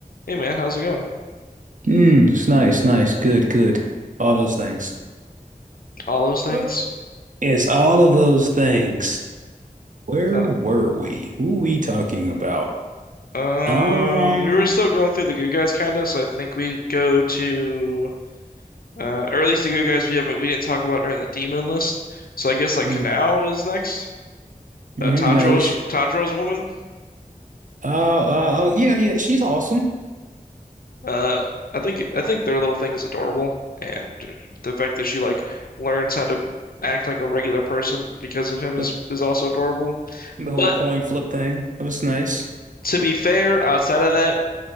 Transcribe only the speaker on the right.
Mm, it's nice, nice, good, good. All those things.
Uh, It's all of those things. Where
were we? Who we talking about?
Um,
mm,
mhm,
no, which,
uh, uh, oh, yeah, yeah, she's awesome.
The,
the
whole coin flip thing, it was nice.